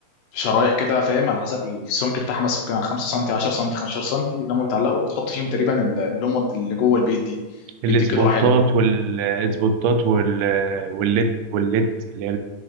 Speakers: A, on the left; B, on the right.
A: شرايح كده فاهم على حسب السمك بتاعها مثلا كان 5 سم 10 سم 15 سم اللي هم بيتعلقوا وتحط فيهم تقريبا ال- اللمض اللي جوه البيت دي
B: الاسبوتات
A: بيديك اضاءه حلوه
B: والاسبوتات وال والليد والليد اللي هي